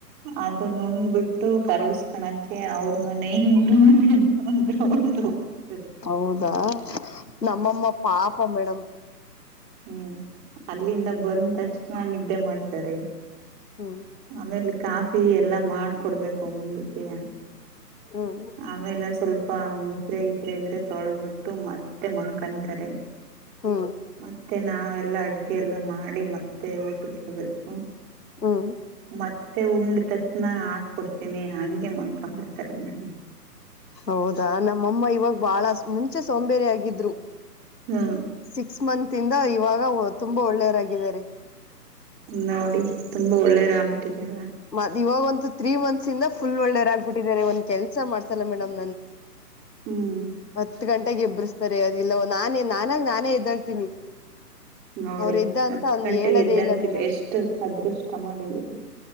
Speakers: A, on the right (about 20°); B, on the left (about 80°).
A: ಅದು ನುಣಬಟ್ಟ ಕರಗಸ್ಕಣಕ್ಕೆ ಅವ್ರ ಮನೆ ಇವ್ರ ಮನೆ ಅಂತಂದ ಉಂಟೋಗ್ತ <unintelligible>
B: ಹೌದಾ ನಮ್ಮಮ್ಮ ಪಾಪ ಮೇಡಮ್ <inaudible>
A: ಹ್ಮ್ ಅಲ್ಲಿಂದ ಬಂತ ಅಷ್ಟ ನ ನಿದ್ದೆ ಮಾಡ್ತಾರೆ
B: ಹ್ಮ್
A: ಆಮೇಲೆ ಕಾಫಿ ಎಲ್ಲಾ ಮಾಡ್ಕೊಡ್ಬೇಕು ಮುಂದಕ್ಕೆ
B: ಹ್ಮ್
A: ಆಮೇಲೆ ಸ್ವಲ್ಪ ಮುಸ್ರ ಇಸ್ರೆ ಇದ್ರೆ ತೊಳದ್ ಬಿಟ್ಟು ಮತ ಮತ್ತೆ ಮಲ್ಕೊಂತಾರೆ
B: ಹ್ಮ
A: ಮತ್ತೆ ನಾವೆಲ್ಲಾ ಅಡ್ಗೆ ಎಲ್ಲ ಮಾಡಿ ಮತ್ತೆ ಊಟಕ್ಕೆ ಇಡಬೇಕು
B: ಹ್ಮ್
A: ಮತ್ತೆ ಉಂಡ ತಕ್ಷಣ ಹಸ್ಕೊಡ್ತೀನಿ ಹಂಗೆ ಮಲ್ಕೋ ಬಿಡ್ತಾರೆ ನು
B: ಹೌದಾ ನಮ್ಮಮ್ಮ ಇವಾಗ ಬಾಳ ಮುಂಚೆ ಸೋಂಬೇರಿ ಆಗಿದ್ರು
A: ಹ್ಮ
B: ಸಿಕ್ಸ್ ಮಂತ್ ಇಂದ ಇವಾಗ ತುಂಬಾ ಒಳ್ಳೆಯರಾಗಿದ್ದಾರೆ
A: ನೋಡಿ ತುಂಬಾ ಒಳ್ಳೇರ್ ಆಗ್ಬಿಟ್ಟಿದ್ದಾರೆ
B: ಮ ಇವಾಗಂತೂ ತ್ರೀ ಮಂತ್ಸ್ ಇಂದ ಫುಲ್ ಒಳ್ಳೇರಾಗಬಿಟ್ಟಿದಿದ್ದಾರೆ ಒಂದ್ ಕೆಲ್ಸ ಮಾಡ್ತಲ್ಲ ಮೇಡಮ್
A: ಹ್ಮ್
B: ಹತ್ತು ಗಂಟೆಗೆ ಎಬ್ರ ಸರಿ ಅ ಇಲ್ಲ ನಾನೇ ನಾನಾಗ ನಾನೇ ಎದ್ದಾಳ್ತೀನಿ
A: ನೋಡಿ
B: ಅವ್ರ ಎದ್ದ ಅಂತ
A: ಹತ್
B: ಅವ್ನ್
A: ಗಂಟೆಗೆ
B: ಹೇಳದೇ
A: ಎದ್ದಂತಿದೆ
B: ಇಲ್ಲ ಮೇಡಮ್
A: ಎಷ್ಟು ಅದೃಷ್ಟ ಮಾಡಿದ್ದೀರಾ